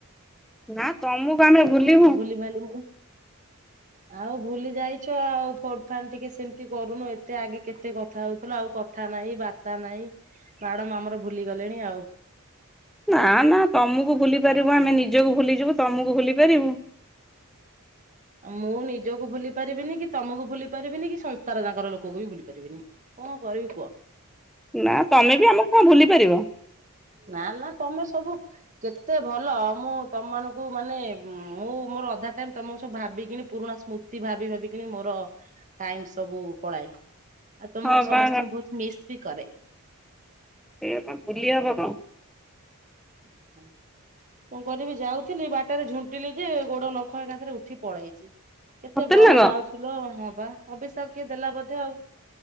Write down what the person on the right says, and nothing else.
ଲିଭାଇଲ ମୁଁ।
ଆଉ ଭୁଲି ଯାଇଛ ଆଉ ଫୋନ ଫାନ ଟିକେ ସେମିତି କରୁନ ଏତେ ଆଗେ କେତେ କଥା ହଉଥିଲ ଆଉ କ କଥା ନାଇଁ ବାର୍ତ୍ତା ନାହିଁ ମ୍ୟାଡମ ଆମର ଭୁଲି ଗଲେଣି ଆଉ।
ମୁଁ ନିଜକୁ ଭୁଲି ପାରିବିନି କି ତମକୁ ଭୁଲି ପାରିବିନି କି ସଂଶାର ଯାକର ଲୋକକୁ ବି ଭୁଲି ପାରିବିନି। କଣ କରିବି କୁହ?
ନା ନା ତମେ ସବୁ କେତେ ଭଲ ମୁଁ ତମମାନଙ୍କୁ ମାନେ ମୁଁ ମୋର ଅଧା ଟାଇମ ତମକୁ ସବୁ ଭାବିକିନି ପୁରୁଣା ସ୍ମୃତି ଭାବି ଭାବିକି ମୋର ଟାଇମ ସବୁ ପଳାଏ। ଆଉ ତମକୁ
ସମସ୍ତଙ୍କୁ
ବହୁତ ମିସ୍ ବି କରେ।
ଆଛା। କଣ କରିବି ଯାଉଥିଲି ବାଟରେ ଝୁଣ୍ଟିଲି ଯେ ଗୋଡ ନଖ ଏକାଥରେ ଉଠି ପଳେଇଛି। କେତେ
ବ୍ଲଡ
ବାହାରୁଚିଲୋ ହଁ ବା ଅଭିିଶାବ କିଏ ଦେଲା ବୋଧେ ଆଉ।